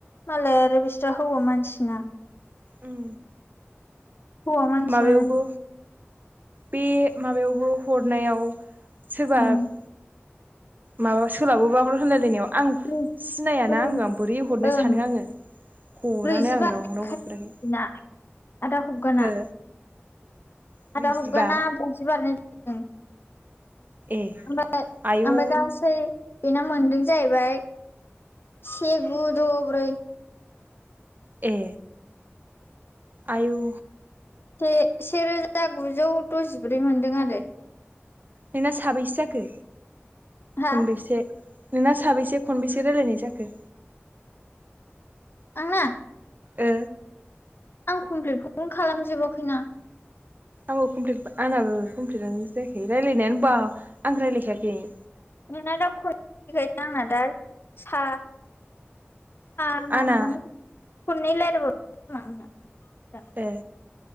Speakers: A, on the left; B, on the right.
A: मालाय आरो बिस्रा हौवा मानसिना।
B: उम।
A: हौवा मानसियानो।
B: माबायावबो बे माबायावबो हरनायाव। सोरबाब
A: उम
B: माबा सोलाबोबा हर होनलायनायाव। आं
A: ब्रैजि
B: सिनायाना
A: ब्रै
B: आङो आं बोरै हरनो
A: ओं
B: सानो आङो हरानो
A: ब्रैजिबा
B: आं रावनाव हरफेराखै।
A: ना आदा हबगाना
B: हो? ब्रैजिबा
A: आदा हबगाना ब्रैजि बारनाय द ओं।
B: ए
A: ओमफ्राय
B: आयौ
A: ओमफ्राय गासै। बेना मोनदों जाहैबाय से गु द ब्रै।
B: ए। आयौ
A: से सेरोजा गुजौ दजिब्रै मोनदों आरो।
B: नोंना साबैसे जाखो
A: हा
B: खनबैसे नोंना साबैसे खनबेसे रायलायनाय जाखो
A: आंना
B: ओ
A: आं कमप्लिटखौनो खालामजोबाखैना
B: आंबो कमप्लिट आंनाबो कमप्लिटआनो जाया रायलायनायानो बा आं रायलायखायाखै ए
A: नोंना दा <unintelligible> दा सा <unintelligible>
B: आंना
A: खन्नै रायलायबावदोंमोन खोमा आंना दा
B: ए